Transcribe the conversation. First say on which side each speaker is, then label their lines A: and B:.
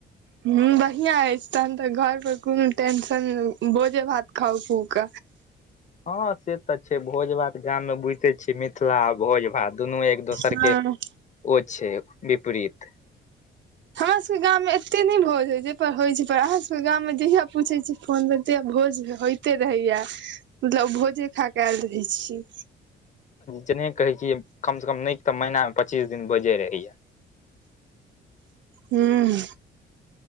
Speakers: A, on the right; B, on the left.
A: हूं बढ़िआं अछि तहन तऽ घर पर कोनो टेंशन भोजे भात खाउ खुबक
B: <inaudible> हँ से तऽ छै भोज भात गाम मे बुझिते छियै मिथिला आ भोज भात दुनू एक दोसर
A: हँ
B: के ओ छै विपरीत
A: हमरा सबके गामव मे एते नहि भोज होय छै पर होइ छै पर अहाँ सभके गामं जहिया पूछैत छी फोन में तहिया भोज होइते रहैया मतलब भोजे खा कऽ आयल रहै छी
B: जेनेह कहे छी कम से कम नै तऽ महीना मे पच्चीस दिन भोजे रहैया
A: हूं हूं